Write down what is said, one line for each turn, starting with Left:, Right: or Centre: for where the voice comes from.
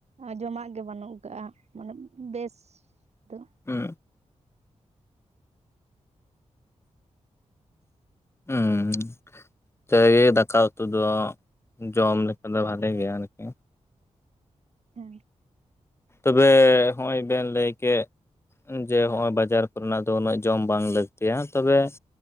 Right: ᱡᱚᱢᱟᱜ ᱜᱮ ᱵᱟᱹᱱᱩᱜ ᱠᱟᱜᱼᱟ ᱢᱟᱱᱮ ᱵᱮᱥ ᱫᱚ
Left: ᱦᱩᱸ ᱦᱩᱸ ᱡᱮ ᱜᱮ ᱫᱟᱠᱟ ᱩᱛᱩ ᱫᱚ ᱡᱚᱢ ᱞᱮᱠᱟ ᱫᱚ ᱵᱷᱟᱞᱮ ᱜᱮ ᱟᱨᱠᱤ
Right: ᱚ
Left: ᱛᱚᱵᱮ ᱦᱚᱜᱼᱚᱭ ᱵᱮᱱ ᱞᱟᱹᱭ ᱠᱮᱫ ᱡᱮ ᱚᱜᱼᱚᱭ ᱵᱟᱡᱟᱨ ᱠᱚᱨᱮᱱᱟᱜ ᱫᱚ ᱩᱱᱟᱹᱜ ᱡᱚᱢ ᱵᱟᱝ ᱞᱟᱹᱠᱛᱤᱭᱟ ᱦᱮ ᱛᱚᱵᱮ